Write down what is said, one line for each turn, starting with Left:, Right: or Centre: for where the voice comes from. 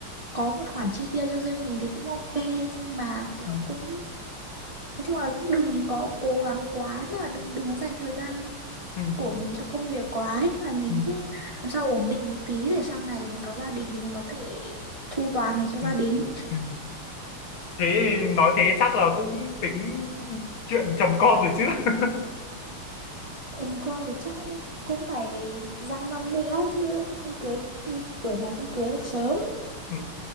Right: có một khoản chi tiêu cho riêng mình thì cũng ok nhưng mà kiểu
Left: ừ,
Right: cũng nói chung là cũng đừng có cố gắng quá tức là đừng đừng có dành thời gian
Left: ừ,
Right: của
Left: ừ,
Right: mình cho công việc quá ấy là mình
Left: ừ,
Right: cứ làm sao ổn định một tí để sau này mình có gia đình thì mình có thể chu toàn này cho
Left: ừ,
Right: gia đình
Left: ừ. thế nói thế chắc là cũng tính chuyện chồng con rồi chứ <laughs>
Right: chồng con thì chắc cũng phải dăm năm nữa chứ không cưới ừ, tuổi này không cưới được sớm
Left: ừ,